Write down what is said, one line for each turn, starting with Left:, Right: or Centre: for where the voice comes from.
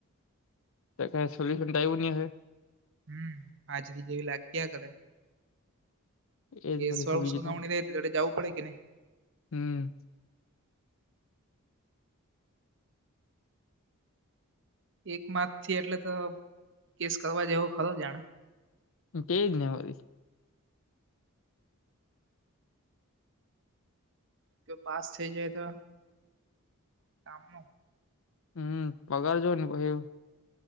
Left: ત ક સોલ્યુશન આવું ન હે
Right: હમ આજથી જેવી લાગતીયા કરે
Left: એજ
Right: કેસ
Left: વરી
Right: વાળ
Left: છે બીજું
Right: સુનાવણી
Left: તો
Right: રે ત જવું પડે કે નહી.
Left: હમ.
Right: એક માસ થી એટલે તો કેસ કરવા જેવો ખરો જાણે.
Left: ક ને <unintelligible> વારી
Right: તો પાસ થઈ જાય તો કામ નુ
Left: હમ પગાર જઈ ને <unintelligible>